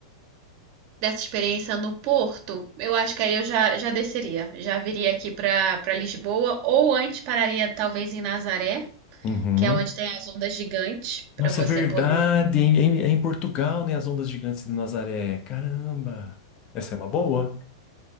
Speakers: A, on the right; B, on the left.
A: dessa experiência no Porto, eu acho que aí eu já, já desceria. Já viria aqui para para Lisboa, ou antes pararia talvez em Nazaré,
B: Uhum.
A: que é onde tem as ondas gigantes, para
B: Nossa,
A: você
B: é verdade.
A: poder.
B: hein? É em, é em Portugal, né? As ondas gigantes de Nazaré. Caramba. Essa é uma boa.